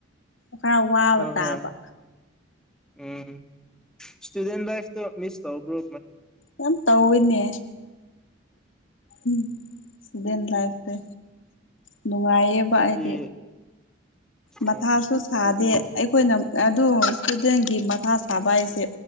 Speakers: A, on the left (about 80°); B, in the centre.
A: ꯈꯔ ꯋꯥꯕ
B: ꯍꯣꯏ
A: ꯇꯥꯕ
B: ꯍꯣꯏ ꯎꯝ ꯏꯁꯇꯨꯗꯦꯟ ꯂꯥꯏꯐꯇꯣ ꯃꯤꯁ ꯊꯧꯕ꯭ꯔꯣ
A: ꯌꯥꯝ ꯇꯧꯋꯦꯅꯦ ꯎꯝ ꯏꯁꯇꯨꯗꯦꯟ ꯂꯥꯏꯐꯇ ꯅꯨꯡꯉꯥꯏꯌꯦꯕ
B: ꯑꯗꯨꯗꯤ
A: ꯍꯥꯏꯗꯤ
B: ꯑꯣ
A: ꯃꯊꯥꯁꯨ ꯁꯥꯗꯦ
B: ꯑꯗꯨꯗꯤ
A: ꯑꯩꯈꯣꯏꯅ ꯑꯗꯨ ꯏꯁꯇꯨꯗꯦꯟꯒꯤ ꯃꯊꯥ ꯁꯥꯕ ꯍꯥꯏꯁꯦ